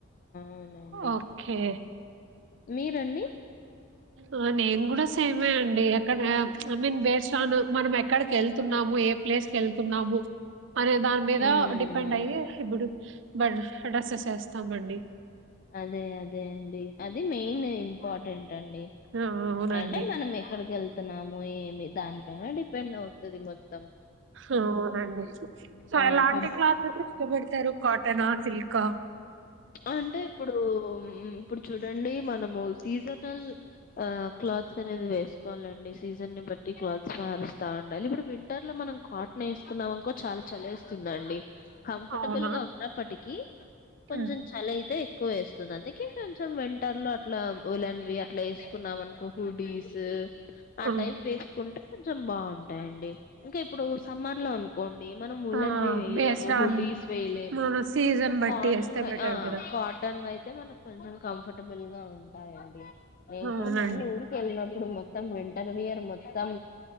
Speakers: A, on the left; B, on the right.
A: అవునండి.
B: ఓకే
A: మీరండి
B: ఆ నే మేం కూడా సేమే అండి ఎక్కడ ఐ మీన్ బేస్ ఆన్ మనం ఎక్కడికి వెళ్ వెతున్నాము ఏ ప్లేస్ కి వెళ్తున్నాము అనే దాని మీద
A: హ్మ్.
B: డిపెండ్ అయ్యి ఇప్పుడు బ డ్రెస్సెస్ వేస్తామండి
A: అదే అదే అండి. అది మెయినే ఇంపార్టెంట్ అండి
B: ఆ అవునండి
A: అంటే మనం ఎక్కడికి వెళ్తున్నామో ఏమి దానిపైన డిపెండ్ అవుతుది మొత్తం
B: ఆ, అవునండి సో
A: ఆ
B: ఎలాంటి
A: పబ్
B: క్లాత్ అయితే ఇష్టపడతారు కాటనా సిల్క్ క
A: అంటే ఇప్పుడు మ్మ్ ఇప్పుడు చూడండి మనము సీజనల్ ఆ క్లాత్స్ అనేది వేస్ట్ కోవాలండి సీజన్ ని బట్టి క్లాత్స్ మారుస్తా ఉండాలి ఇప్పుడు వింటర్ లో మనం కాటన్ వేసుకున్నాం అనుకో చాలా చలేస్తుందండి కంఫర్టబుల్
B: అవునా
A: గా ఉన్నప్పటికీ కొంచెం
B: ఉమ్.
A: చలి అయితే ఎక్కువ వేస్తుంది అందుకే కొంచెం వింటర్ లో అట్లా ఉలెన్వి అట్లా వేసుకున్నాం అనుకో హుడీస్ ఆ
B: ఉమ్.
A: టైం వేసుకుంటే కొంచెం బావుంటాయండి ఇంకా ఇప్పుడు సమ్మర్ లో అనుకోండి మనం ఉలెన్వి
B: ఆ
A: వేయలేము
B: బేస్డ్
A: హుడీస్
B: ఆన్
A: వేయలేము
B: మన సీజన్
A: సో
B: బట్టి
A: కాటన్
B: వేస్తే
A: వే
B: బెటర్
A: ఆ
B: కదా
A: కాటన్ అవయితే మనకు కొంచెం కంఫర్టబుల్ గా ఉంటాయండి నేను
B: అవునండి
A: కూడా మొన్న ఊరికి వెళ్ళినప్ ఇప్పుడు మొత్తం వింటర్ వియర్ మొత్తం